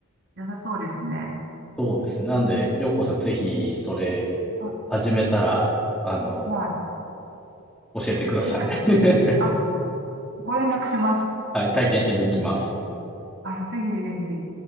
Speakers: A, on the right; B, in the centre.
A: 良さそうですね。
B: そうですね。なんで、ようこさんぜひ、それ、
A: あ、
B: 始めたら、あの、
A: はい。
B: 教えてください。
A: ヒットして。
B: <laughs>
A: あ、ご連絡します。
B: はい、体験しに行きます。
A: あ、ぜひぜひ。